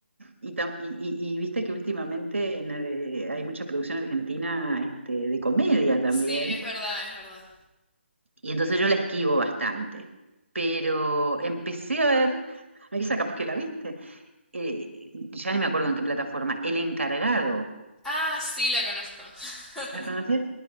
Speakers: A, on the right; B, in the centre.
A: Y, tam- y- y- y viste que últimamente en, eh, hay mucha producción argentina este, de comedia también.
B: Sí, es verdad, es verdad.
A: Y entonces yo la esquivo bastante. Pero empecé a ver, <laughs> Marisa, capaz que la viste, eh, ya ni me acuerdo en qué plataforma, El Encargado.
B: Ah, sí, la conozco. <laughs>
A: ¿La conoces?